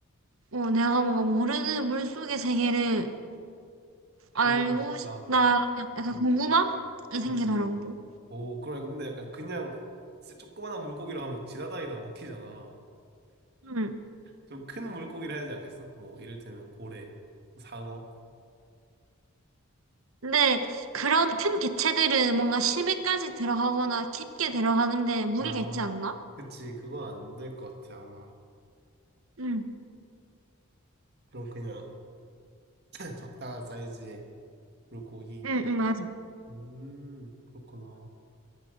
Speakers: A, on the right (about 65°); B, on the right (about 45°).
A: 어, 내가 뭔가 모르는 물속의 세계를
B: 다
A: 알고
B: 먹어보고 싶다.
A: 싶다. 약간
B: 음,
A: 궁금함이 생기더라고.
B: 그치. 오, 그럼 근데 약간 그냥 진짜 조그만한 물고기로 하면 지나다니다 먹히잖아.
A: 음.
B: 좀 큰 물고기를 해야 되지 않겠어? 뭐, 이를테면 고래, 상어.
A: 근데 그런 큰 개체들은 뭔가 심해까지 들어가거나 깊게 들어가는데 무리겠지
B: 아,
A: 않나?
B: 그치. 그건 안 될 것 같아, 아마.
A: 응,
B: 그럼 그냥 <clears throat> 적당한 사이즈의 물고기.
A: 응, 응, 맞아.
B: 음, 그렇구나.